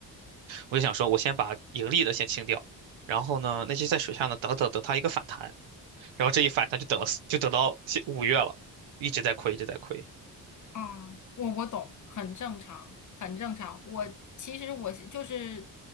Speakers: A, on the right; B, on the left.
A: 我就想说，我先把盈利的先清掉，然后呢，那些在水下呢，等等等它一个反弹，然后这一反弹就等了四就等到现五月了，一直在亏，一直在亏。
B: 啊，我我懂，很正常，很正常。我其实我是就是，